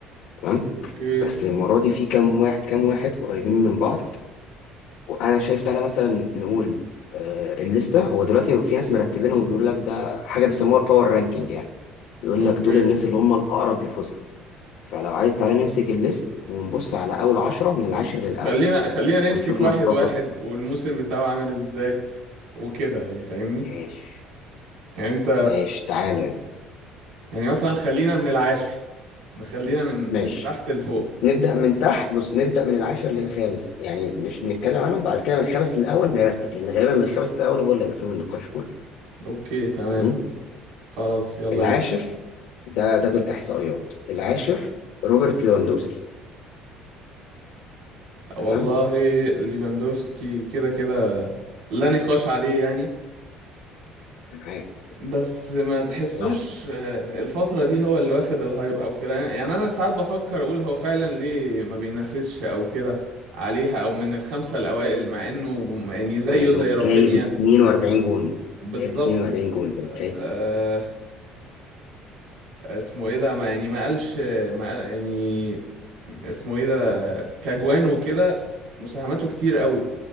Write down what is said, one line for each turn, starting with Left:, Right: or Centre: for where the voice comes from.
Left: تمام
Right: اوكي
Left: بس المره دي في كام واحد كام واحد قريبين من بعض وانا شايف تعالى مثلا نقول آه، الليسته هو دلوقتي في ناس مرتبينهم وبيقول لك ده حاجه بيسموها الباور رانكينج يعني بيقول
Right: اوكي
Left: لك دول الناس اللي هم الاقرب لفوزها فلو عايز تعالى نمسك الليست ونبص على اول عشرة من العاشر للاول
Right: خلينا خلينا
Left: ونشوف
Right: نمسك واحد
Left: نتفق
Right: واحد والموسم بتاعه عامل ازاي وكده يعني فاهمني
Left: ماشي
Right: يعني انت
Left: ماشي تعالى
Right: يعني مثلا خلينا من العاشر نخلينا من
Left: ماشي
Right: من تحت لفوق
Left: نبدأ من تحت بص نبدأ من العاشر
Right: مم.
Left: للخامس يعني مش نتكلم عنهم بعد كده من الخامس للأول نرتب لأن غالبا من الخامس للأول هو اللي هيبقى فيه من النقاش كله
Right: اوكي تمام
Left: جميل
Right: خلاص يلا
Left: العاشر
Right: بينا
Left: ده ده بالإحصائيات العاشر روبرت ليفاندوسكي
Right: والله
Left: تمام
Right: ليفاندوفسكي كده كده لا نقاش عليه يعني
Left: معاك
Right: بس ما تحسوش
Left: معاك بصراحة
Right: آه، الفترة دي هو اللي واخد الهايب او كده يعني انا ساعات بفكر اقول هو فعلا ليه ما بينافسش او كده عليها او من الخمسة الاوائل مع انه يعني زيه
Left: رغم إنه
Right: زي رافينيا
Left: جايب 42 جون
Right: بالظبط
Left: جايب 42 جون أنت متخيل
Right: آه، اسمه ايه ده ما يعني ما قالش ما قال- يعني اسمه ايه ده كجوان وكده مساهماته كتير قوي